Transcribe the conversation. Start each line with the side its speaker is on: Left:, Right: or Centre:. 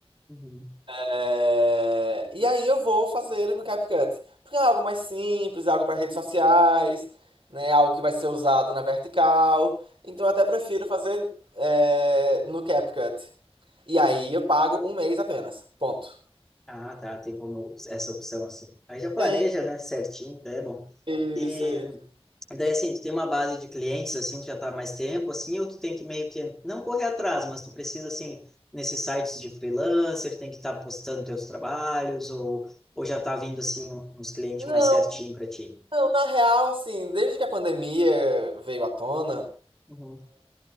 Centre: uhum,
Right: É, E aí eu vou fazer no CapCut. Porque é algo mais simples, é algo para redes sociais, né? é Algo que vai ser usado na vertical. Então eu até prefiro fazer é, no CapCut. E aí eu pago um mês apenas. Ponto.
Centre: Ah, tá, tem como essa opção assim. Aí já planeja,
Right: Tem.
Centre: né, certinho, tá, é bom.
Right: Isso,
Centre: E
Right: isso.
Centre: Daí, assim, tu tem uma base de clientes, assim, que já tá há mais tempo, assim, ou tu tem que meio que não correr atrás, mas tu precisa, assim, nesses sites de freelancer, tem que estar postando teus trabalhos, ou, ou já tá vindo, assim, um, uns clientes
Right: Não,
Centre: mais certinho para ti.
Right: não, na real, assim, desde que a pandemia veio à tona.
Centre: Uhum.